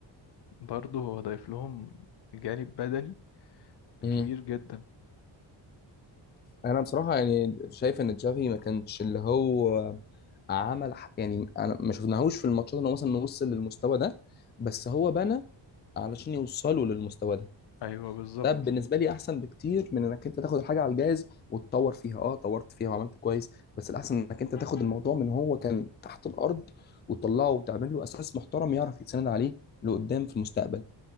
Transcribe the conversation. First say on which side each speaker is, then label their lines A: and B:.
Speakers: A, on the left (about 60°); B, on the left (about 25°).
A: برضو هو ضايف لهم جانب بدني
B: مم.
A: كبير جدا
B: انا بصراحه يعني شايف ان تشافي ما كانش اللي هو عمل ح- يعني انا ما شفناهوش في الماتشات ان هو مثلا وصل للمستوى ده بس هو بنى علشان يوصلوا للمستوى ده
A: ايوه بالظبط
B: ده بالنسبه لي احسن بكتير من انك انت تاخد الحاجه على الجاهز وتطور فيها اه طورت فيها وعملت كويس بس الاحسن انك انت تاخد الموضوع من هو كان تحت الارض وتطلعه وتعمل له اساس محترم يعرف يتسند عليه لقدام في المستقبل